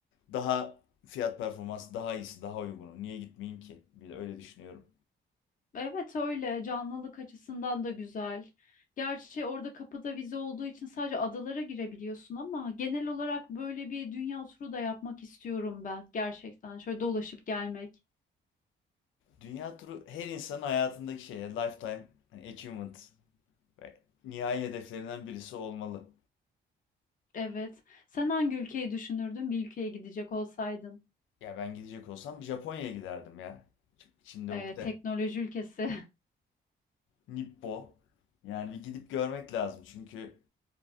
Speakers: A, on the left; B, on the left.
A: daha fiyat performans daha iyisi, daha uygunu. Niye gitmeyeyim ki? Bir de öyle düşünüyorum.
B: Evet öyle canlılık açısından da güzel. Gerçi orada kapıda vize olduğu için sadece adalara girebiliyorsun ama genel olarak böyle bir dünya turu da yapmak istiyorum ben gerçekten. Şöyle dolaşıp gelmek.
A: Dünya turu her insanın hayatındaki şey. Lifetime hani achievement ve nihai hedeflerinden birisi olmalı.
B: Evet. Sen hangi ülkeyi düşünürdün bir ülkeye gidecek olsaydın?
A: Ya ben gidecek olsam Japonya'ya giderdim ya. Şimdi
B: e,
A: ukde.
B: teknoloji ülkesi. <laughs>
A: Nippo. Yani bir gidip görmek lazım çünkü